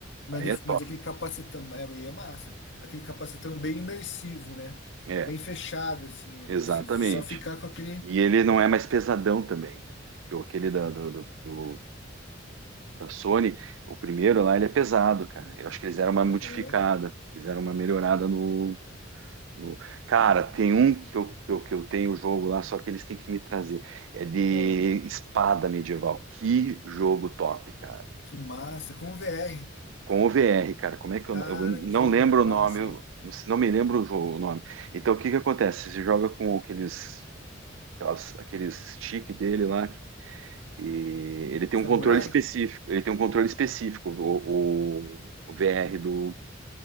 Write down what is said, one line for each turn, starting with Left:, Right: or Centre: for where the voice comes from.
Left: Mas,
Right: Aí
Left: def-
Right: é
Left: mas
Right: top.
Left: aquele capacetão é, é massa. Aquele capacetão bem imersivo, né?
Right: É,
Left: Bem fechado, assim, né?
Right: exatamente.
Left: Pra você só ficar com aquele.
Right: E ele não é mais pesadão também. entendeu? Que o- Aquele da, do, do- do- da Sony, o primeiro lá, ele é pesado, cara. Eu acho que eles deram uma modificada,
Left: Aham.
Right: fizeram uma melhorada no, O- Cara, tem um que eu, que eu, que eu tenho o jogo lá, só que eles têm que me trazer. É de
Left: Ah,
Right: espada medieval. Que jogo top, cara.
Left: que massa. Com VR.
Right: Com o VR, cara. Como é que eu,
Left: Cara,
Right: eu não
Left: que
Right: lembro
Left: massa,
Right: o nome, eu
Left: hein?
Right: não me lembro o jogo, o nome. Então, o que que acontece? Você joga com aqueles, aquelas- aqueles stick dele lá, que, que ele tem
Left: Samurai?
Right: um controle específico. Ele tem um controle específico, o, o, o VR do,